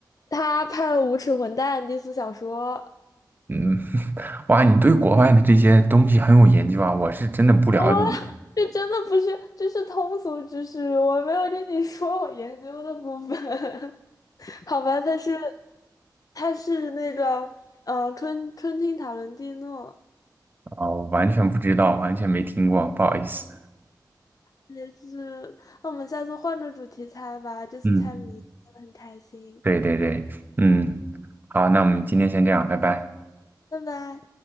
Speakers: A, on the left; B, on the right.
A: 他拍了《无耻混蛋》第四小说，
B: 嗯，<laughs> 哇，你对国外的这些东西很有研究啊，我是真的不了解
A: 啊，这真的不是，这是通俗知识，我没有跟你说我研究的部分。<laughs> 好吧，它是它是那个呃春春汀塔伦蒂诺，
B: 啊，我完全不知道，完全没听过，不好意思。
A: 也是。那我们下次换个主题猜吧，这次猜谜猜的很开心，
B: 嗯，对对对，嗯，好，那我们今天先这样，拜拜。
A: 拜拜。